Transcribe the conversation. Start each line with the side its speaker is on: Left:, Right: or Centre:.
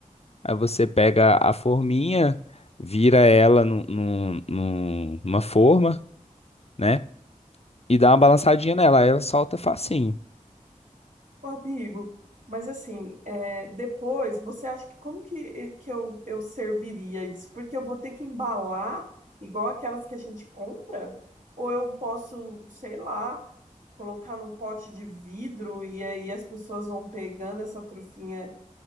Left: Aí você pega a forminha, vira ela num, num, num- numa forma né? e dá uma balançadinha nela, aí ela solta facinho.
Right: Ô, Amigo, mas assim, é, depois você acha que como que, eh, que eu, eu serviria isso? Porque eu vou ter que embalar igual aquelas que a gente compra? Ou eu posso, sei lá, colocar num pote de vidro e aí as pessoas vão pegando essa trufinha